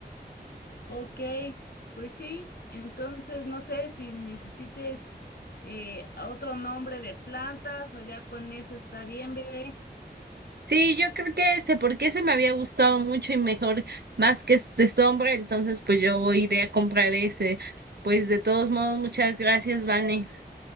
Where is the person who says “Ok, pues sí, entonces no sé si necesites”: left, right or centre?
Left